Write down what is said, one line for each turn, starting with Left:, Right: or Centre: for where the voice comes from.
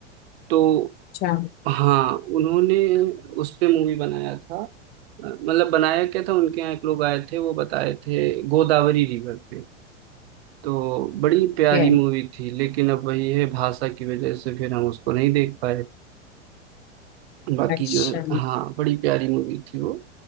Right: तो
Left: अच्छा
Right: हाँ उन्होंने उस पे मूवी बनाया था मतलब बनाया क्या था उनके यहाँ एक लोग आए थे वो बताए थे गोदावरी रिवर पे तो बड़ी प्यारी
Left: ये
Right: मूवी थी लेकिन अब वही है भाषा की वजह से फिर हम उसको नहीं देख पाए बाकी
Left: अच्छा
Right: जो है हाँ बड़ी प्यारी मूवी थी वो